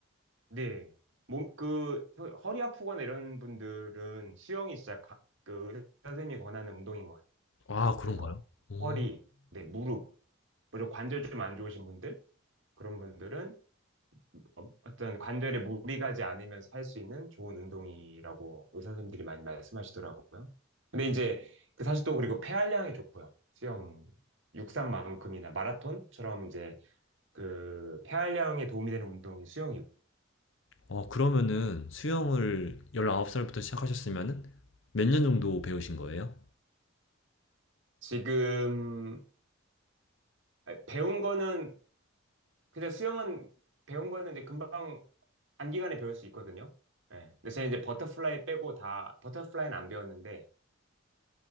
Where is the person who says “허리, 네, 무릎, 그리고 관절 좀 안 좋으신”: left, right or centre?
Right